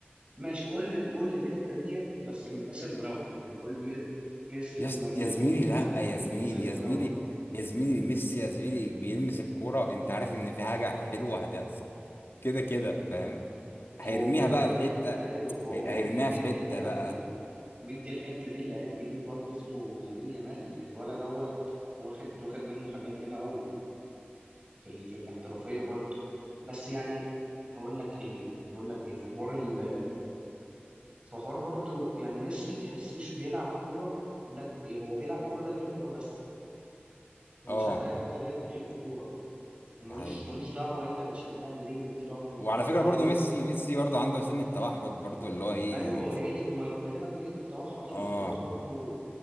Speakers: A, on the right; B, on the left.
A: ماشي قول لي قول لي الحته ديت بس من حيث المراوغه يعني قول لي ميسي في
B: يا
A: المريخ
B: اس- يا زميلي
A: وكريستيانو
B: لأ
A: من
B: يا زميلي
A: حيث المراوغه
B: يا زميلي يا زميلي ميسي يا زميلي بيلمس الكورة أنت عارف إن في حاجة حلوة هتحصل كده كده فاهم هيرميها
A: هو خد بالك
B: بقى في حتة
A: ايوه هو
B: هي-
A: مدي
B: هيرميها
A: مدي
B: في حتة
A: الحته
B: بقى
A: دي مدي الحته دي لعيب جديد برضه اسمه لامين يامال الولد دوت واخد واخد منه حاجات ياما قوي في ال... في الاحترافيه برضه بس يعني اقول لك ايه اقول لك ايه في حوار ال... في حوار برضه يعني ميسي تحسيش بيلعب كوره لج... هو بيلعب كوره لاجل الكوره بس هو
B: أه
A: مش عايز اي حاجه غير غير الكوره وملوش
B: يعني
A: ملوش دعوه انت بتشجعني ليه ملوش دعوه انت بتتفرج
B: وعلى فكرة
A: عليا
B: برضو
A: ليه
B: ميسي ميسي برضو عنده سن التوحد برضو اللي هو ايه
A: ايوه
B: يعني
A: وهي دي هم انا بكلمك هي دي التوحد اللي
B: اه
A: خليته برضو